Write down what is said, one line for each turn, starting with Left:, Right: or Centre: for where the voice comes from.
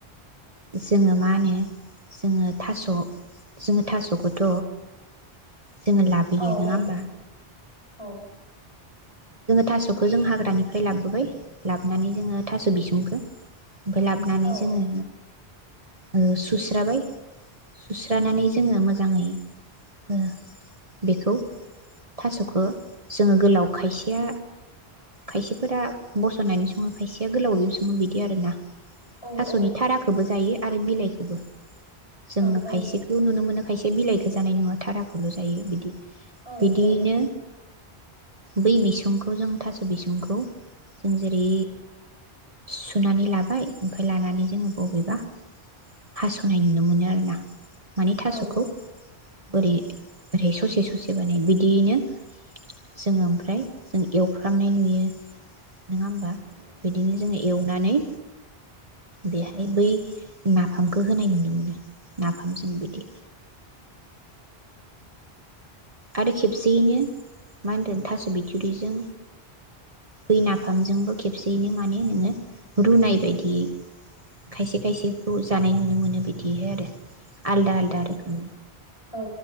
Right: जोङो मा होनो जोङो थास जोङो थासखौथ जोङो लाबोयो,
Left: औ
Right: नोङा होमबा?
Left: औ।
Right: थासखो जों हाग्रानिफ्राय लाबोबाय लाबनानै जोङो थास बिसुंखो। लाबनानै
Left: औ
Right: जोङो ओ सुस्राबाय सुस्रानानै जोङो मोजाङै ओ बेखौ थासखो जोङो गोलाव खायसेया खायसेफोरा बसनानै सङो खायसेया गोलावैबो सङो बिदि आरोना।
Left: औ
Right: थासनि
Left: औ
Right: थाराखोबो जायो। आरो बिलाइखौबो। जोंङो
Left: औ औ
Right: खायसेखौ नुनो मोनो खायसे बिलाइखो जानाय नुवा थाराखौल जायो बिदि,
Left: औ
Right: बिदियैनो
Left: औ
Right: बै बिसुंखौ जों थास‌बिसुंखौ जों जेरै सुनानै लाबाय ओमफाय लानानै जोङो बबेबा हासनाय नुनो मोनो आरोना। माने थासखौ
Left: औ
Right: ओरै ओरै ससे ससे बानायो बिदियैनो जोङो ओमफ्राय एवफ्रामनाय नुयो। नङा होमबा बिदिनो जोङो एवनानै बेहाय बै नाफामखो होनाय नुनो मोनो। नाफामजों बिदि आरो खेबसेयैनो मा होनदों थास बिखुरदिजों बै नाफामजोंबो खेबसेयैनो माने नोङो रुनाय बायदियै खायसे खायसेखौ जानाय नुनो मोनो बिदिहे आरो। आलदा आलदा रोखोम
Left: औ